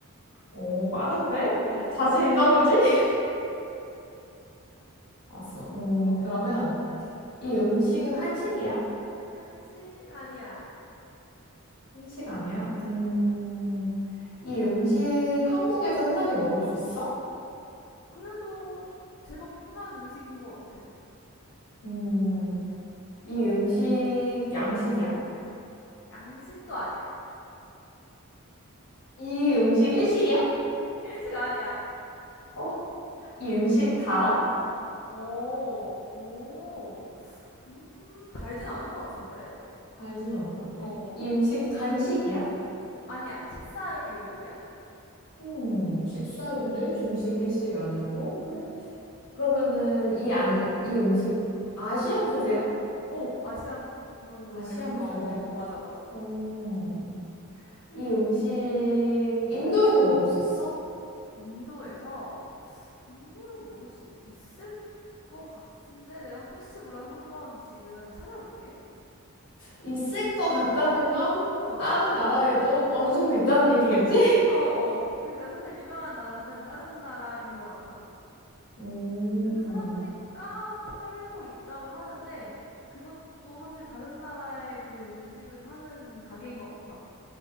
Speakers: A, on the left; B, on the left.
A: 오, 빠른데?
B: 어,
A: 자신 있나 보지? <laughs> 알았어. 음,
B: 어,
A: 그러면
B: 응.
A: 이 음식은 한식이야?
B: 한식 아니야.
A: 한식 아니야?
B: 응.
A: 음, 이 음식 한국에서 흔하게 먹을 수 있어?
B: 그래도 제법 흔한 음식인 것 같아.
A: 음,
B: 응.
A: 이 음식 양식이야?
B: 양식도 아니야.
A: 이 음식 일식이야?
B: 일식 아니야.
A: 어? 이 음식 달아?
B: 오, 오. 음, 달진 않은 것 같은데?
A: 알진 않은 것 같아.
B: 어.
A: 이 음식 간식이야?
B: 아니야, 식사류야.
A: 음, 식사류인데 중식 일식 아니고 한
B: 음,
A: 그러면은 이 아니 이 음식 아시안
B: 음.
A: 푸드야?
B: 오, 아시안 푸드에
A: 아시안
B: 가까워.
A: 푸드야?
B: 어, 맞아, 맞아.
A: 오 이 음식 인도에서 먹을 수 있어?
B: 인도에서, 인도에서 먹을 수 있, 을것 같은데? 내가 혹시 몰라서 한번 지금 찾아볼게.
A: 있을 것 같다는 건
B: 어, 어,
A: 다른 나라에도 어느 정도 있다는 얘기겠지? <laughs>
B: 어. 어, 어. 그러니까 사실 유명한 나라는 다른 나라인 것 같아.
A: 음,
B: 근데 찾아보니까 팔고 있다고 하는데, 그것도 사실 다른 나라의 그 음식을 파는 가게인 것 같아.